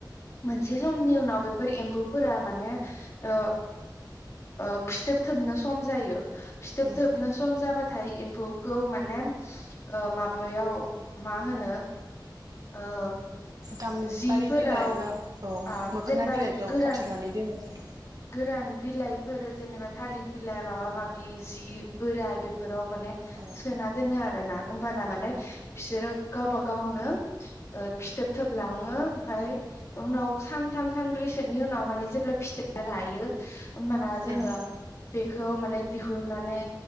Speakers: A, on the left; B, on the right.
A: मोनसे समनि उनाव बेफोर एम्फौफोरा माने ओ ओ फिथोब थोबनो सम जायो। फिथोब
B: उम
A: थोबनो सम जाबा नाथाय एम्फौखौ ओ माने माबायाव मा होनो ओ
B: गाम्बारि
A: जिफोराव
B: बिलाइ बा औ
A: आ
B: मोखोना
A: जेनेबा
B: बिलाइफोराव
A: गोरान
B: खाथुमनानै दोनो
A: गोरान बिलाइफोर जेनेबा थालिर बिलाइ माबा माबि जि बोराय बेफोराव माने
B: औ
A: सोना दोनो आरो ना होमबाना माने बिसोरो गावबा गावनो ओ फिथोब थोबलाङो ओमफ्राइ उनाव सानथाम सानब्रैसोनि उनाव माने जेब्ला फिथोबा रायो होमबाना जोङो
B: उम
A: बे खौ माने दिहुननानै